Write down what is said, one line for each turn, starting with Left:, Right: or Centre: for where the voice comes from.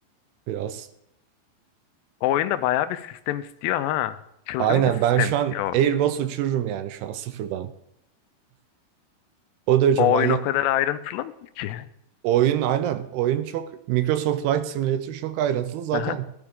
Right: biraz.
Left: O oyunda bayağı bir sistem istiyor ha. Çılgın
Right: Aynen
Left: bir sistem
Right: ben şu
Left: istiyor
Right: an Airbus uçururum yani şu an sıfırdan. O derece
Left: O
Right: manyak,
Left: oyun o kadar ayrıntılı mı ki?
Right: Oyun aynen. Oyun çok Microsoft Flight Simulator çok ayrıntılı. Zaten
Left: Aha.